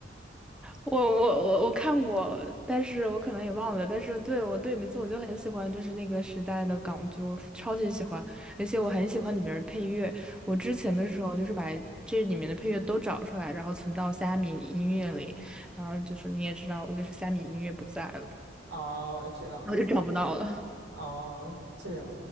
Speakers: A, in the centre; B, on the right.
A: 我我我我看过，但是我可能也忘了。但是对我对名字我就很喜欢，就是那个时代的港剧，我超级喜欢，而且我很喜欢里面的配乐。我之前的时候就是把这里面的配乐都找出来，然后存到虾米音乐里。然后就是你也知道，我就是虾米音乐不在了，
B: 哦，这样子，
A: 然后就找不到了。
B: 哦，这样，